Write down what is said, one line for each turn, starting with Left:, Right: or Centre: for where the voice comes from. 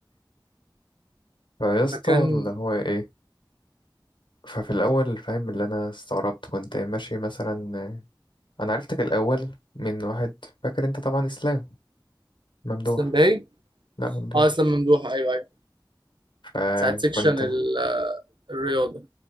Left: فيا اسطى
Right: فكان
Left: اللي هو ايه ففي الاول فاهم اللي انا استغربت كنت ماشي مثلا انا عرفتك الاول من واحد فاكر انت طبعا اسلام ممدوح
Right: اسلام باي
Left: لا ممدوح
Right: اه اسلام ممدوح ايوه ايوه
Left: فكنت
Right: ساعه سيكشن ال- الرياضه